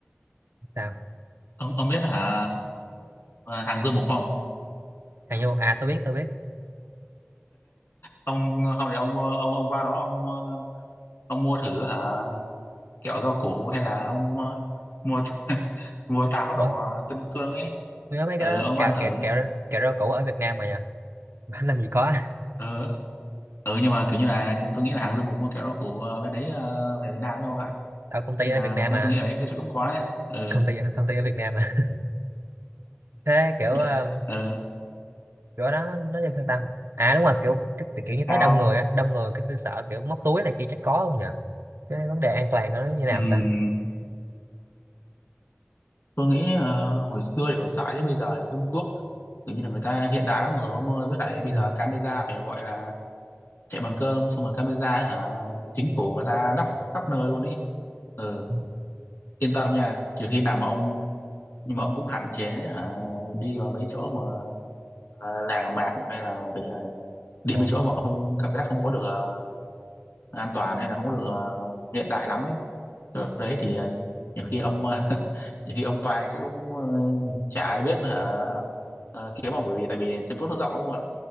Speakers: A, on the right; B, on the left.
A: sao
B: ông ông biết hả ờ, hàng dưa mục không
A: hàng vô à tôi biết tôi biết
B: ông không để ông ông ông qua đó ông ờ, ông mua thử hả kẹo rau củ hay là ông ờ, mua <laughs> mua táo đỏ
A: ủa
B: Tân Cương ấy
A: tôi nhớ mấy cái
B: ừ,
A: đó
B: ông
A: cà
B: ăn thử
A: kẹo kẹo rau- kẹo rau củ ở Việt Nam mà nhờ <laughs> làm gì có
B: ừ, ừ nhưng mà kiểu như là tôi nghĩ là hàng Dương Mục mua kẹo rau củ ờ, bên đấy ờ, về Việt Nam đấy không ạ
A: ở công ty
B: nên
A: ở
B: là
A: Việt Nam
B: tôi
A: mà
B: tôi nghĩ ở đấy chắc cũng có đấy ừ
A: công ty công ty ở Việt Nam mà thế kiểu
B: <laughs>
A: ờ,
B: ừ
A: kiểu đó nó như sao ta à đúng rồi kiểu cái, kiểu như
B: sao
A: thấy đông người á đông người cái tôi sợ kiểu móc túi này kia chắc có không nhờ cái vấn đề an toàn nó như nào
B: Ừm,
A: ta
B: tôi nghĩ ờ, hồi xưa thì còn sợ chứ bây giờ thì Trung Quốc kiểu như là người ta hiện đại lắm rồi ông ơi với lại bây
A: ừ.
B: giờ camera phải gọi là chạy bằng cơm xong rồi camera hả chính phủ người ta lắp khắp nơi luôn ý ừ
A: ừ.
B: yên tâm nha kiểu khi nào mà ông nhưng mà ông cũng hạn chế hả đi vào mấy chỗ mà ờ, làng mạc hay là kiểu như là đi
A: ờ,
B: mấy chỗ mà không cảm giác không có được ờ, an toàn hay là không có được ờ, hiện đại lắm ấy chỗ đấy thì ờ, nhiều khi ông ờ, <laughs> nhiều khi ông toàn chắc cũng ờ, chả ai biết là hả, ờ, ờ, kiếm ông cái gì tại vì Trung Quốc nó rộng lắm không ạ